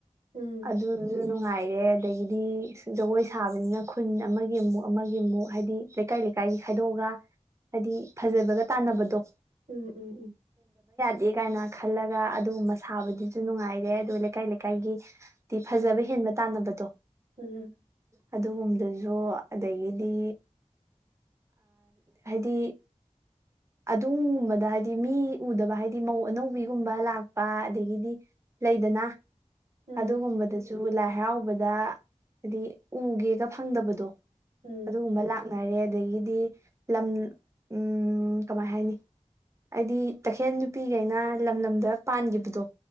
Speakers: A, on the right; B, on the right.
A: ꯎꯝ
B: ꯑꯗꯨꯁꯨ ꯅꯨꯡꯉꯥꯏ ꯑꯗꯒꯤꯗꯤ ꯖꯒꯣꯏ ꯁꯥꯕꯅꯤꯅ ꯈꯨꯟ ꯑꯃꯒꯤ ꯑꯃꯨꯛ ꯑꯃꯒꯤ ꯑꯃꯨꯛ ꯍꯥꯏꯗꯤ ꯂꯩꯀꯥꯏ ꯂꯩꯀꯥꯏꯒꯤ ꯈꯥꯏꯗꯣꯛꯑꯒ ꯍꯥꯏꯗꯤ ꯐꯖꯕꯒ ꯇꯥꯟꯅꯕꯗꯣ
A: ꯎꯝ ꯎꯝ ꯎꯝ
B: ꯗꯦ ꯀꯥꯏꯅ ꯈꯜꯂꯒ ꯑꯗꯨꯒꯨꯝꯕ ꯁꯥꯕꯗꯨꯁꯨ ꯅꯨꯡꯉꯥꯏꯔꯦ ꯑꯗꯨ ꯂꯩꯀꯥꯏ ꯂꯩꯀꯥꯏꯒꯤꯗꯤ ꯐꯖꯕ ꯍꯦꯟꯕ ꯇꯥꯟꯅꯕꯗꯣ
A: ꯎꯝ
B: ꯑꯗꯨꯒꯨꯝꯕꯗꯁꯨ ꯑꯗꯒꯤꯗꯤ ꯍꯥꯏꯗꯤ ꯑꯗꯨꯨꯝꯕꯗ ꯍꯥꯏꯗꯤ ꯃꯤ ꯎꯗꯕ ꯍꯥꯏꯗꯤ ꯃꯧ ꯑꯅꯧꯕꯤꯒꯨꯝꯕ ꯂꯥꯛꯄ ꯑꯗꯒꯤꯗꯤ ꯂꯩꯗꯅ
A: ꯎꯝ
B: ꯑꯗ ꯍꯝꯕꯗꯁ ꯁꯨ ꯂꯥꯏ ꯍꯔꯥꯎꯕꯗ ꯍꯥꯏꯗꯤ ꯎꯒꯦꯒ ꯐꯪꯗꯕꯗꯣ
A: ꯎꯝ ꯎꯝ
B: ꯑꯗꯨ ꯎꯨꯝꯕꯂ ꯈꯅꯔꯦ ꯑꯗꯒꯤꯗꯤ ꯂꯝ ꯎ ꯀꯃꯥꯏ ꯍꯥꯏꯅꯤ ꯑꯩꯗꯤ ꯇꯈꯦꯜ ꯅꯨꯄꯤꯈꯩꯅ ꯂꯝ ꯂꯝꯗ ꯄꯥꯟꯈꯤꯕꯗꯣ